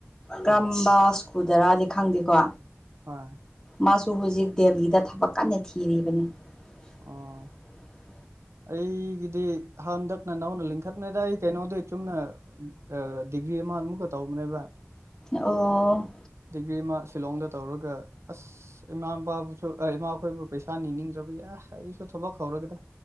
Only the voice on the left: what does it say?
ꯀꯔꯝꯕ
ꯁ꯭ꯀꯨꯜꯗꯔꯥꯗꯤ ꯈꯪꯗꯦꯀꯣ
ꯃꯥꯁꯨ ꯍꯧꯖꯤꯛ ꯗꯦꯜꯂꯤꯗ ꯊꯕꯛ ꯀꯥꯟꯅ ꯊꯤꯔꯤꯕꯅꯤ <inaudible>
ꯑꯣ